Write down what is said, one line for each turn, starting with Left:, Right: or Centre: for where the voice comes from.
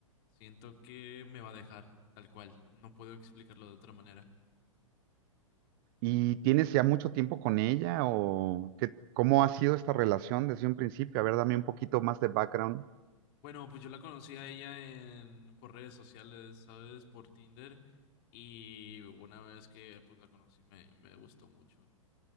Left: Siento que me va a dejar tal cual. No puedo explicarlo de otra manera.
Right: ¿Y tienes ya mucho tiempo con ella o qué, cómo ha sido esta relación desde un principio? A ver, dame un poquito más de background.
Left: Bueno, pues yo la conocí a ella en por redes sociales, ¿sabes? Por Tinder y una vez que pues la conocí me me gustó mucho,